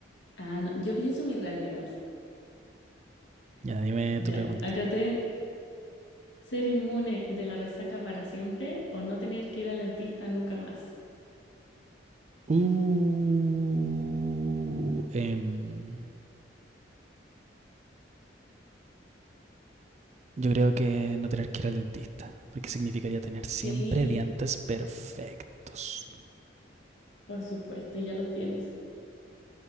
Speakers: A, on the left (about 75°); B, on the right (about 35°).
A: Ah, no, yo pienso en mi realidad.
B: Ya, dime
A: Ya,
B: tu pregunta.
A: acá te ser inmune de la resaca para siempre o no tener que ir al dentista nunca más.
B: Uh, em, yo creo que no tener que ir al dentista, porque significaría tener siempre
A: Sí,
B: dientes perfectos.
A: por supuesto, ya los tienes.